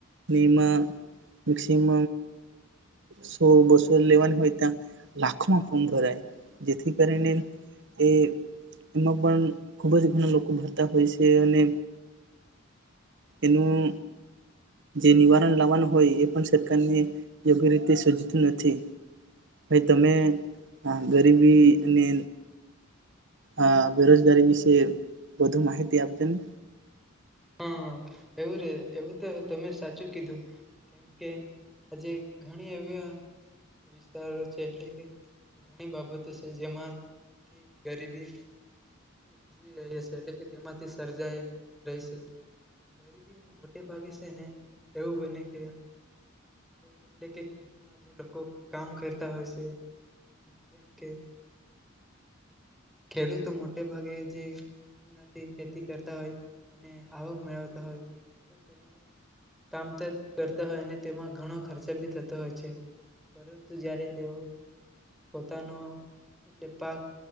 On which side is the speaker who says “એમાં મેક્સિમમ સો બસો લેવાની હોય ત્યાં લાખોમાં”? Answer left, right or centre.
Right